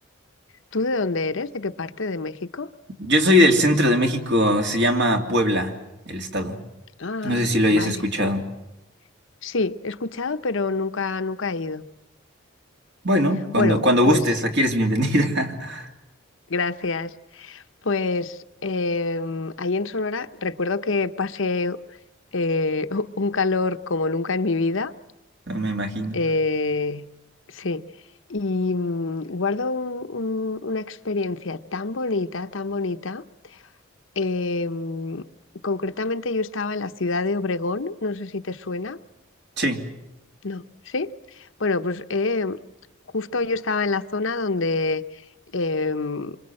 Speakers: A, on the left; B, on the right.
A: ¿Tú de dónde eres? ¿De qué parte de México?
B: Yo soy del centro de México, se llama Puebla, el estado.
A: Ah,
B: No sé si lo hayas
A: vale.
B: escuchado.
A: No, Sí, he escuchado, pero nunca, nunca he ido.
B: Bueno, cuando,
A: Bueno,
B: cuando
A: pues
B: gustes, aquí eres bienvenida. <laughs>
A: gracias. Pues em, ahí en Sonora recuerdo que pasé eh, <laughs> un calor como nunca en mi vida.
B: Ah, Me imagino.
A: eh, sí, y mm, guardo un- un- una experiencia tan bonita, tan bonita. em, concretamente yo estaba en la ciudad de Obregón, no sé si te suena.
B: Sí,
A: No, ¿sí? Bueno, pues eh, justo yo estaba en la zona donde, em,